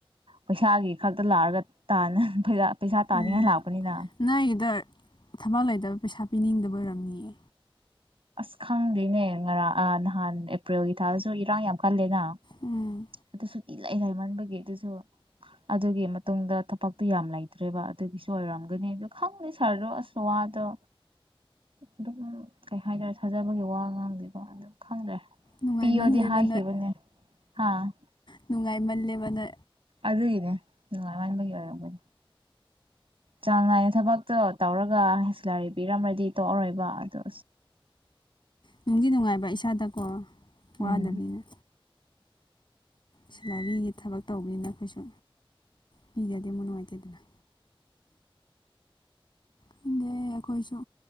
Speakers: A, on the right (about 70°); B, on the left (about 55°).
A: ꯄꯩꯁꯥꯒꯤ ꯈꯛꯇ ꯂꯥꯛꯑꯒ ꯇꯥꯅ ꯊꯣꯏꯗ ꯄꯩꯁ ꯇꯥꯟꯅꯤꯉꯥꯏ
B: ꯎꯝ
A: ꯂꯥꯛꯄꯅꯤꯗ
B: ꯅꯣꯏꯒꯤꯗ ꯊꯕꯛ ꯂꯩꯇꯕ ꯄꯩꯁꯥ ꯄꯤꯅꯤꯡꯗꯕ ꯑꯣꯏꯔꯝꯅꯤꯌꯦ
A: ꯑꯁ ꯈꯪꯗꯦꯅꯦ ꯉꯔꯥꯡ ꯅꯍꯥꯟ ꯑꯦꯄ꯭ꯔꯤꯜꯒꯤ ꯊꯥꯗꯁꯨ ꯏꯔꯥꯡ ꯌꯥꯝ ꯀꯜꯂꯦꯅ
B: ꯎꯝ
A: ꯑꯗꯨ ꯁꯨꯇꯤ ꯂꯩ ꯍꯥꯏꯃꯟꯕꯒꯤ ꯑꯗꯨꯁꯨ ꯑꯗꯨꯒꯤ ꯃꯇꯨꯡꯗ ꯊꯕꯛꯇꯣ ꯌꯥꯝ ꯂꯩꯇ꯭ꯔꯦꯕ ꯑꯗꯨꯒꯤꯁꯨ ꯑꯣꯏꯔꯝꯒꯅꯤ ꯑꯗꯨ ꯈꯪꯅꯤ ꯁꯥꯔꯗꯣ ꯑꯁ ꯋꯥꯗꯣ ꯑꯗꯨꯝ ꯀꯩ ꯍꯥꯏꯇꯥꯔꯦ ꯊꯥꯖꯕꯒꯤ ꯋꯥ ꯉꯥꯡꯗꯣꯏꯕ ꯑꯗꯨꯝ ꯈꯪꯗ꯭ꯔꯦ
B: ꯅꯨꯡꯉꯥꯏꯃꯜꯂꯦꯕ
A: ꯄꯤꯑꯣꯗꯤ ꯍꯥꯏꯈꯤꯕꯅꯦ ꯍꯥꯥ
B: ꯅꯨꯡꯉꯥꯏꯃꯜꯂꯦꯕꯅ
A: ꯑꯗꯨꯅꯦ ꯉꯥꯟꯕꯒꯤ ꯑꯣꯏꯔꯗꯤ ꯆꯥꯡ ꯅꯥꯏꯅ ꯊꯕꯛꯇꯣ ꯇꯧꯔꯒ ꯂꯥꯏꯔꯤ ꯄꯤꯔꯝ꯭ꯔꯗꯤ ꯇꯣꯛꯑꯔꯣꯏꯕ ꯑꯗ
B: ꯅꯨꯡꯒꯤ ꯅꯨꯡꯉꯥꯏꯕ ꯏꯁꯥꯗꯀꯣ ꯋꯥꯗꯕꯤꯅꯦ
A: ꯎꯝ
B: ꯁꯤꯂꯥꯏꯕꯤꯒꯤ ꯊꯕꯛ ꯇꯧꯕꯅꯤꯅ ꯑꯩꯈꯣꯏꯁꯨ ꯄꯤꯖꯗꯦ ꯑꯃꯨꯛ ꯅꯨꯡꯉꯥꯏꯇꯦꯗꯅ ꯈꯪꯗꯦ ꯑꯩꯈꯣꯏꯁꯨ